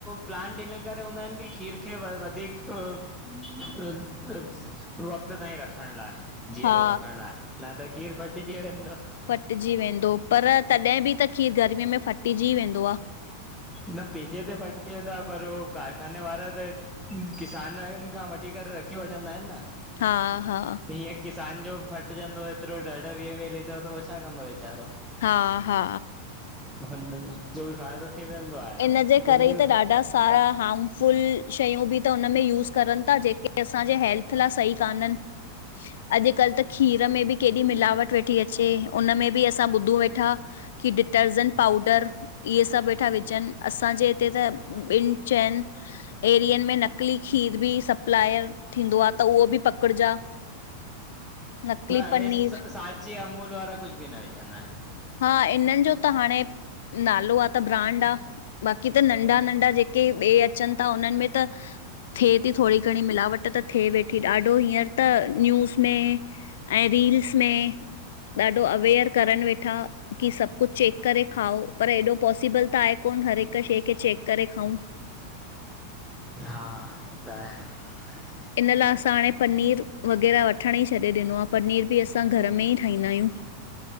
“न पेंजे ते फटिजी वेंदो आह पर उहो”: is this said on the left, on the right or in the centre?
Centre